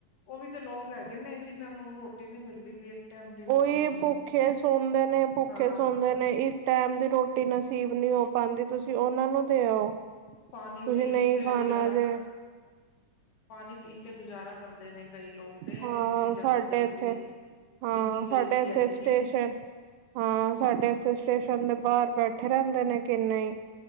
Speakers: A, on the left; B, on the right.
A: ਉਹ ਵੀ ਤੇ ਲੋਕ ਹੈਗੇ ਨੇ ਜਿਹਨਾਂ ਨੂੰ ਰੋਟੀ ਨੀ ਮਿਲਦੀ ਪਈ। ਟਾਈਮ ਦੀ
B: ਉਹੀ
A: ਖਾਣ ਨੂੰ
B: ਭੁੱਖੇ ਸੌਦੇ ਨੇ, ਭੁੱਖੇ
A: ਹਾਂ
B: ਸੌਦੇ ਨੇ ਇੱਕ ਟੈਮ ਦੀ ਰੋਟੀ। ਨਸੀਬ ਨਹੀਂ ਹੋ ਪਾਦੀ। ਤੁਸੀਂ ਉਹਨਾ ਨੂੰ ਦੇ ਆਓ ਤੁਸੀਂ
A: ਪਾਣੀ ਪੀ
B: ਨਹੀਂ
A: ਕੇ
B: ਖਾਣਾ
A: ਗੁਜ਼ਾਰਾ
B: ਜੇ।
A: ਪਾਣੀ ਪੀ ਕੇ ਗੁਜ਼ਾਰਾ ਕਰਦੇ ਨੇ। ਕਈ ਲੋਕ ਤੇ
B: ਹਾਂ!
A: ਇੰਨੀ ਜ਼ਿਆਦਾ
B: ਸਾਡੇ
A: ਗ਼ਰੀਬੀ
B: ਇੱਥੇ। ਹਾਂ!
A: ਇੰਨੀ
B: ਸਾਡੇ
A: ਗ਼ਰੀਬੀ
B: ਇੱਥੇ
A: ਹੈਗੀ
B: ਸਟੇਸ਼ਨ।
A: ਏ
B: ਹਾਂ! ਸਾਡੇ ਇੱਥੇ ਸਟੇਸ਼ਨ ਦੇ ਬਾਹਰ ਬੈਠੇ ਰਹਿੰਦੇ ਨੇ ਕਿੰਨੇ ਹੀ।